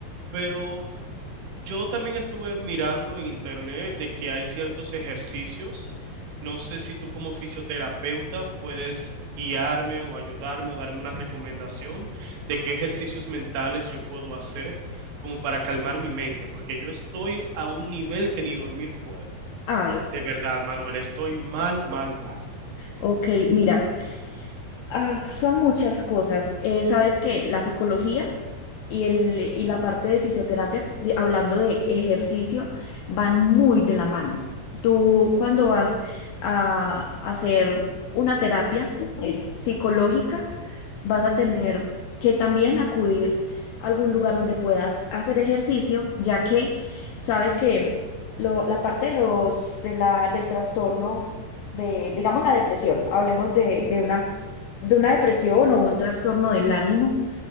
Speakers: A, on the right; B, on the left.
A: pero yo también estuve mirando en internet de que hay ciertos ejercicios. No sé si tú como fisioterapeuta puedes guiarme o ayudarme o darme una recomendación de qué ejercicios mentales yo puedo hacer como para calmar mi mente, porque yo estoy a un nivel que ni dormir puedo.
B: Ay,
A: De verdad, Manuel, estoy mal, mal, mal.
B: ok, mira. Ah, son muchas cosas. Eh, sabes que la psicología y, el, y la parte de fisioterapia, de- hablando de ejercicio, van muy de la mano. Tú cuando vas a hacer una terapia eh, psicológica, vas a tener que también acudir a algún lugar donde puedas hacer ejercicio, ya que sabes que lo- la parte de los, de la, del trastorno de, digamos, la depresión, hablemos de, de una de una depresión o un trastorno del ánimo,